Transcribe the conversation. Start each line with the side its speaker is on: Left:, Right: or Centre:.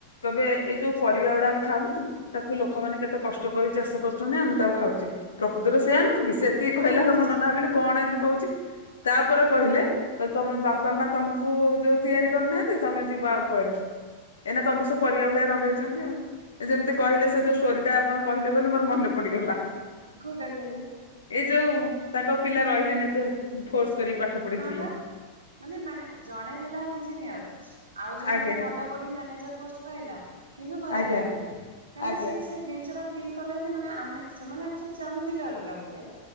Left: କହିବେ, ଏଇ ଯୋଉ, ପରିବା ଗୁଡା ଆମେ ଖାଉନେ, ତାକୁ ଲୋକମାନେ କେତେ କ କଷ୍ଟ କରି ଚାଷ କରୁଚନ୍ତି ଆମେ ତାକୁ ଖାଉଚେ ପ୍ରକୃତରେ ସେଇଆ ନୁହେଁକି ସେତିକି
Right: ହଁ
Left: କହିଲାବେଳକୁ
Right: ନିଶ୍ଚିନ୍ତ
Left: ମନେ ମନେ ଭାବିଲି କଣ ଏମିତି କହୁଛି। ତାପରେ କହିଲେ, କହିଲେ ତମ ବାପା ମା ତମକୁ ଯଉ ତିଆରି କରୁନାହାନ୍ତି, ତମେ ଯିବ ଆଉ କୁଆଡେ? ଏନା ତମକୁ ସେ ପରିବା ଗୁଡା ଲଗେଚଛନ୍ତି। ଆଉ ଯେମିତି କହିଲେ। ସେ ଯୋଉ ଷ୍ଟୋରିଟା ଆପଣ କହିଲେ, ବୋଲି ମୋର ମନେ ପଡିଗଲା।
Right: କୋଉଟା କହିଲେ
Left: ଏ ଯୋଉ ତାଙ୍କ ପିଲା ରହିଲେନି। ଫୋର୍ସ କରି ପାଠ ପଢେଇଥିଲେ।
Right: ହଁ ବା, ମାନେ ମାନେ ଜଣେ ହେଲା ଇଞ୍ଜିନିୟର। ଆଉ ଜଣେ
Left: ଆଜ୍ଞା
Right: ବି ବଡ କୋଉଠି ମ୍ୟାନେଜର ପୋଷ୍ଟ ପାଇଲା। କିନ୍ତୁ ଘରେ
Left: ଆଜ୍ଞା
Right: ରହିଲେନି କାହିଁକିନା
Left: ଆଜ୍ଞା
Right: ସିଏ ସେ ଜିନିଷଟା ଫିଲ କଲେ, ଯେ ମାନେ ଆମେ ସେମାନେ ଆଚୁଆଲି ଚାହୁଁଥିଲେ ଅଲଗା ଗୁଟେ।